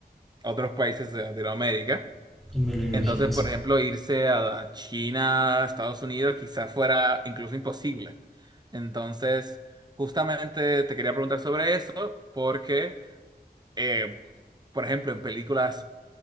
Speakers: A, on the right (about 25°); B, in the centre.
A: otros países de Latinoamérica.
B: Yo me lo imagino
A: Entonces,
B: así.
A: por ejemplo, irse a China, Estados Unidos, quizás fuera incluso imposible. Entonces, justamente te quería preguntar sobre eso porque, eh, por ejemplo, en películas